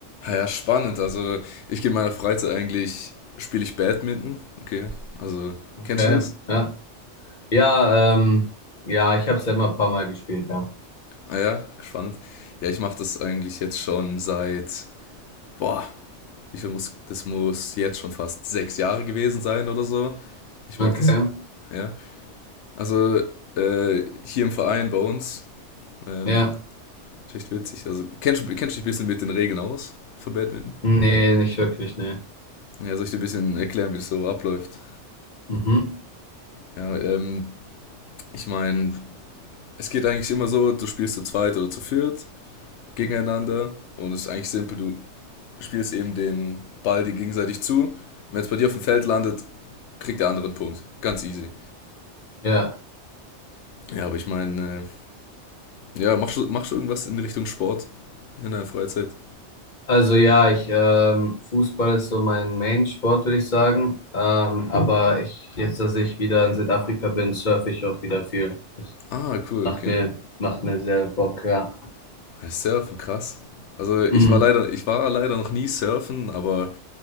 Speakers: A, on the left (about 75°); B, on the left (about 45°).
A: Ja, ja, spannend. Also ich gehe in meiner Freizeit eigentlich, spiele ich Badminton. Okay, also
B: Okay,
A: kennst du das?
B: ja. Ja, ähm, ja, ich habe es selber ein paar Mal gespielt, ja.
A: Ah ja, spannend. Ja, ich mache das eigentlich jetzt schon seit, boah, ich muss, das muss jetzt schon fast sechs Jahre gewesen sein oder so. Ich
B: Okay,
A: mache das, ja. Also äh, hier im Verein bei uns, ähm,
B: ja.
A: ist echt witzig. Also kennst du kennst du dich ein bisschen mit den Regeln aus von Badminton?
B: Nee, nicht wirklich, nee.
A: Ja, soll ich dir ein bisschen erklären, wie das so abläuft?
B: Mhm.
A: Ja, ähm, ich meine, Es geht eigentlich immer so, du spielst zu zweit oder zu viert gegeneinander und es ist eigentlich simpel, du spielst eben den Ball die gegenseitig zu. Wenn es bei dir auf dem Feld landet, kriegt der andere einen Punkt. Ganz easy.
B: Ja,
A: Ja, aber ich meine, äh, ja, machst du, machst du irgendwas in Richtung Sport in der Freizeit?
B: also ja, ich, ähm, Fußball ist so mein Main-Sport, würde ich sagen. Ähm, aber ich, jetzt, dass ich wieder in Südafrika bin, surfe ich auch wieder viel. Das
A: Ah, cool,
B: macht
A: okay.
B: mir, macht mir sehr Bock, ja.
A: Surfen, krass. Also ich
B: Mhm.
A: war leider, ich war leider noch nie surfen, aber